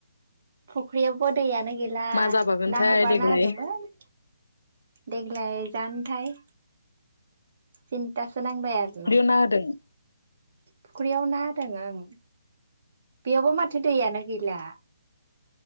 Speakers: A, on the right (about 45°); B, on the left (about 75°).
A: फुख्रियावबो दैयानो गैला
B: मा जाबावगोनथाय
A: ना हगारना
B: देग्लाय
A: होदोंमोन देग्लाय जानोथाय सिन्था सो नांबायआरोना
B: मा होदों
A: फुख्रियाव ना होदों ओं बेयावबो माथो दैयानो गैला